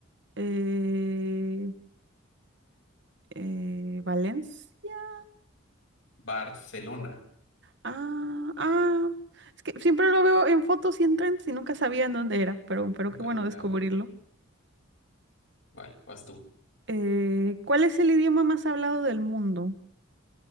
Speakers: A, on the right; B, on the left.
A: eh, eh, Valencia.
B: Barcelona.
A: Ah, ah, es que siempre lo veo en fotos y en trends y nunca sabía en dónde era, pero, pero
B: Ok,
A: qué bueno
B: ok,
A: descubrirlo.
B: ok. Vale, vas tú.
A: Eh, ¿cuál es el idioma más hablado del mundo?